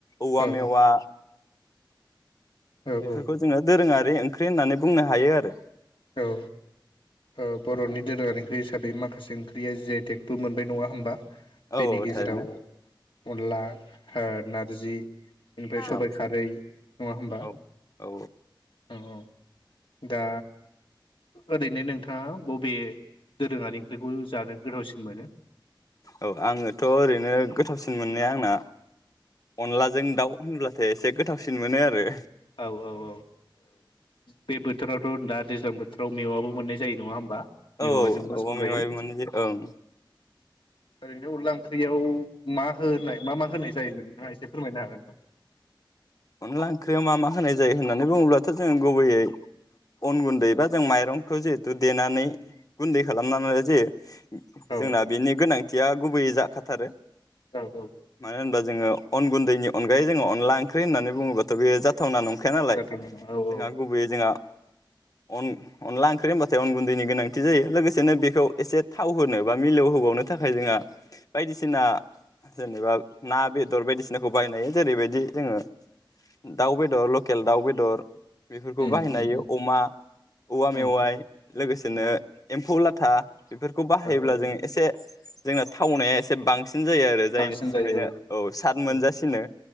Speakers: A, on the left; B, on the left.
A: औवा
B: औ
A: मेवा
B: औ
A: बेफोरखौ
B: औ
A: जोङो दोरोङारि ओै ओंख्रि होननानै बुंनो हायो आरो
B: औ औ बर'नि दोरोङारि ओंख्रि हिसाबै माखासे ओंख्रिया जि आइ टेगबो मोनबाय नङा होमबा
A: औ
B: बेनि
A: औ
B: गेजेराव
A: थारैनो
B: अनला हो नारजि बेनिफ्राय सबाइ
A: औ
B: खारै नङा होमबा
A: औ औ
B: औ औ दा ओरैनो नोंथाङा बबे दोरोङारि ओंख्रिखौ जानो गोथावसिन मोनो
A: औ आङोथ' ओरैनो गोथावसिन मोननाया आंना अनलाजों दाउ होनब्लाथाय एसे गोथावसिन मोनो आरो
B: औ औ औ ओ बे बोथोराव दा दैज्लां बोथोरावबो मोननाय जायो नङा होमबा
A: औ
B: मेवाजोंबो
A: औ औ औवा
B: संजायो
A: मेवाइ मोनो <unintelligible> ओं
B: ओरैनो अनला ओंख्रियाव मा होनाय मा मा होनाय जायोमोन नोंथाङहा एसे फोरमायनो हागोन नामा
A: अनला ओंख्रियाव मा मा होनाय जायो होननानै बुङोब्लाथ' जों गुबैयै अन गुन्दै बा जों माइरंखौ जिहेथु देनानै गुन्दै खालामनानै जायो
B: औ
A: जोंना बेनि गोनां थिया गुबैयै जाखाथारो
B: औ औ
A: मानो होनबा जोङो अन गुन्दैनि अनगायै जों अनला ओं ओंख्रि होननानै बुङोबाथ' बे जाथावना नं खाया नालाय
B: जाथों
A: जोंहा
B: औ औ
A: गुबैयै जोंहा अन अनला ओंख्रि होनबाथाय अन गुन्दैनि गोनांथि जायो लोगोसेनो बेखौ एसे थाव होनो बा मिलौहोबावनो थाखाय जोंहा बायदिसिना जेनेबा ना बेदर बायदिसिनाखौ बायनायो जेरैबायदि जोङो दाउ बेदर लकेल दाउ बेदर बेफोरखौ
B: उम
A: बाहायनो
B: उम
A: हायो
B: उम
A: अमा औवा मेवाइ
B: उम
A: लोगोसेनो
B: उम
A: एम्फौ लाथा था बेफोरखौ बाहायोब्ला
B: औ औ
A: जों एसे जोंना थावनाया एसे बांसिन सिन जायो आरो जायनि
B: बांसिन
A: थाखायनो
B: जायो
A: औ साद मोनजासिनो
B: औ